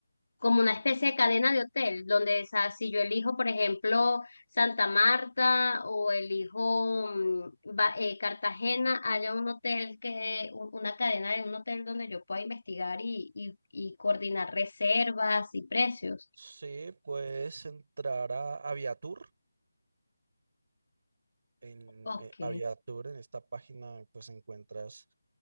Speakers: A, on the left; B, on the right.
A: como una especie de cadena de hotel, donde o sea, si yo elijo, por ejemplo, Santa Marta o elijo mm, Ba- eh, Cartagena, haya un hotel que, un- una cadena de un hotel donde yo pueda investigar y, y y coordinar reservas y precios.
B: Sí, puedes entrar a Aviatur. En
A: Ok.
B: eh, Aviatur, en esta página, pues encuentras